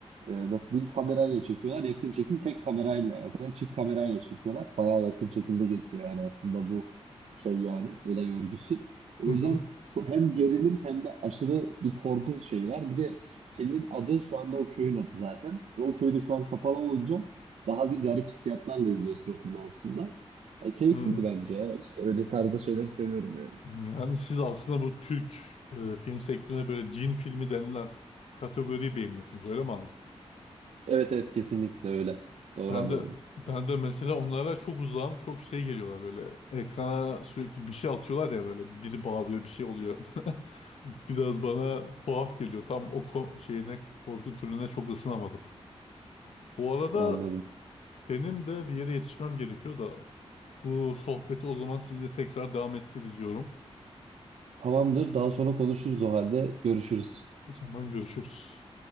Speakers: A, on the right; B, on the left.
A: e, nasıl diyeyim kamerayla çekiyorlar. Yakın çekim tek kamerayla ya da çift kamerayla çekiyorlar. Bayağı yakın çekimde geçiyor yani aslında bu şey yani olay örgüsü. O
B: Hı hı.
A: yüzden çok hem gerilim hem de aşırı bir korku şeyi var. Bir de şu- filmin adı şu anda o köyün adı zaten. Ve o köyde şu an kapalı olunca daha bir garip hissiyatlarla izliyorsun o filmi aslında. Ya keyifliydi
B: Hı.
A: bence ya. İşte öyle tarzda şeyleri seviyorum yani.
B: Yani siz aslında bu Türk e, film sektörüne böyle cin filmi denilen kategoriyi beğeniyorsunuz öyle mi
A: Evet evet kesinlikle öyle. Doğru
B: Ben
A: anladınız.
B: de ben de mesela onlara çok uzağım. Çok şey geliyorlar böyle. Ekrana sürekli bir şey atıyorlar ya böyle. Biri bağırıyor, bir şey oluyor. <laughs> Biraz bana tuhaf geliyor. Tam o ko- şeyine korku türüne çok ısınamadım. Bu arada
A: Anladım.
B: benim de bir yere yetişmem gerekiyor da bu sohbeti o zaman sizle tekrar devam ettiririz diyorum.
A: Tamamdır. Daha sonra konuşuruz o halde. Görüşürüz.
B: O zaman görüşürüz.